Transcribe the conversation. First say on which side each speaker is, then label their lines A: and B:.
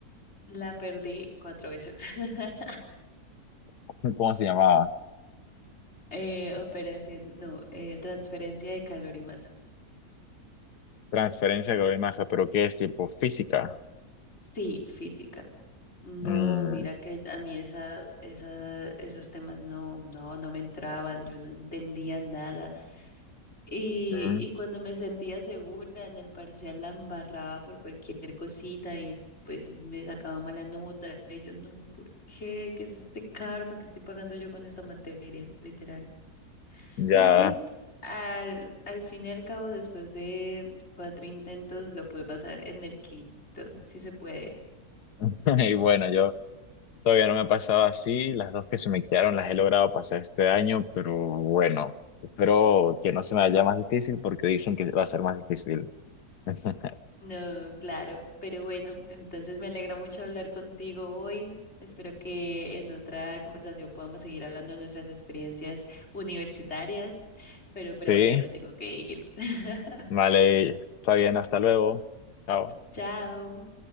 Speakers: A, on the left (about 45°); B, on the left (about 85°).
A: la perdí cuatro veces. <laughs>
B: <laughs> ¿Cómo se llamaba?
A: Eh, operación, no, eh, transferencia de calor y masa.
B: Transferencia de calor y masa, pero ¿qué es tipo física?
A: Sí, física. No,
B: Mm,
A: mira que a mí esa, esa, esos temas no, no, no me entraban, yo no entendía nada. Y,
B: mm,
A: y cuando me sentía segura en el parcial la embarraba por cualquier cosita y pues me sacaba mala nota y yo no, ¿por qué? ¿Qué es este karma que estoy pagando yo con esta materia? Literal.
B: ya.
A: Pero sí, al, al fin y al cabo, después de cuatro intentos, lo pude pasar en el quinto. Sí se puede.
B: <laughs> Y bueno, yo todavía no me ha pasado así. Las dos que se me quedaron las he logrado pasar este año, pero bueno, espero que no se me haya más difícil porque dicen que va a ser más difícil. <laughs>
A: No, claro, pero bueno, entonces me alegro mucho hablar contigo hoy. Espero que en otra conversación podamos seguir hablando de nuestras experiencias universitarias, pero
B: Sí,
A: por ahora ya me tengo que ir. <laughs>
B: vale, está bien, hasta luego. Chao.
A: Chao.